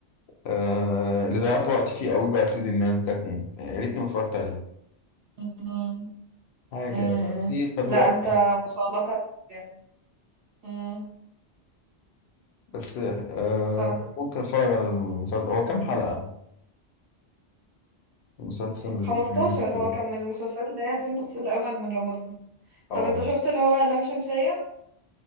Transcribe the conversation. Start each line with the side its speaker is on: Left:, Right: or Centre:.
Left: آه اللي ضيعت وقت فيه قوي بقى سيد الناس ده كان- يا ريتني ما اتفرجت عليه
Right: أمم،
Left: حاجة
Right: أمم.
Left: بس فيه خد
Right: لا
Left: وقت
Right: انت ما شاء الله تعرف يعني. أمم،
Left: بس آه
Right: صح
Left: ممكن اتفرج على المسلسل هو كام حلقة المسلسل الجميل
Right: 15
Left: ده كده
Right: هو كان من المسلسلات اللي هي في النص الأول من رمضان
Left: اه
Right: طب انت شفت اللي هو لام شمسية؟